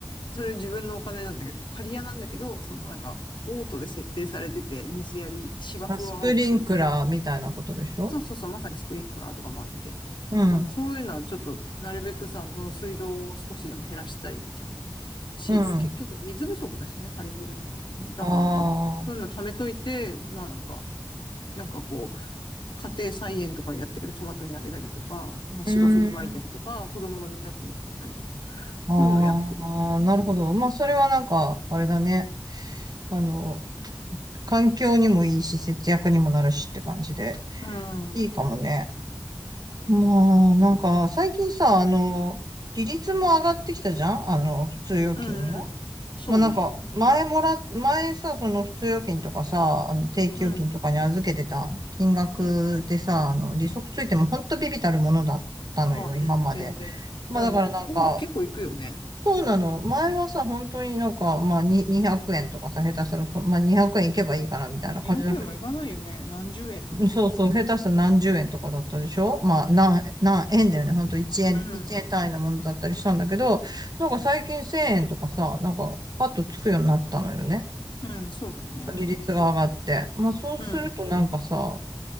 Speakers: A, on the left; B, on the right.
A: それ自分のお金なんだけど、借り家なんだけど、そのなんか、オートで設定されてて、水やり、芝生を青くするために。
B: まあスプリンクラーみたいなことでしょ
A: そうそうそう、まさにスプリンクラーとかもあって。
B: うん。
A: あのそういうのはちょっと、なるべくさ、その水道を少しでも減らしたいじゃん。し、
B: うん。
A: 結局水不足だしね、カリフォルニアのね。だからまあ、
B: ああ。
A: そういうの貯めといて、まあなんか、なんかこう、家庭菜園とかやってるトマトにあげたりとか、まあ芝生に巻いたりとか、
B: うーん。
A: 子供の水遊びに使ったりとか、
B: ああ、
A: そういうのをやってる。
B: なるほど。まあ、それはなんか、あれだね。あの、環境にもいいし、節約にもなるしって感じで、
A: うん、
B: いいかもね。
A: うん、
B: まあ、なんか、最近さ、あの、利率も上がってきたじゃんあの、普通預金の。
A: うん。そうね。
B: まあなんか、前もら、前さ、その普通預金とかさ、あの定期預金とかに預けてた金額でさ、
A: うん、うん。
B: あの、利息ついてもほんとビビたるものだったのよ、
A: まあね、
B: 今まで。
A: 全然ね。
B: まあだからなんか、
A: うん。今結構行くよね。
B: そうなの。前はさ、本当になんか、まあに200円とかさ、下手したらそ、まあ200円いけばいいかなみたいな感じだけど、
A: 200円もいかないよね。何十円とかさ。
B: そうそう、下手したら何十円とかだったでしょまあ、何、何円だよね。ほんと1円、
A: うん。
B: 1円単位のものだったりしたんだけど、なんか最近1000円とかさ、なんかパッとつくようになったのよね。
A: うん、そうだね。
B: 利率が上がって。まあそうするとなんかさ、
A: うん。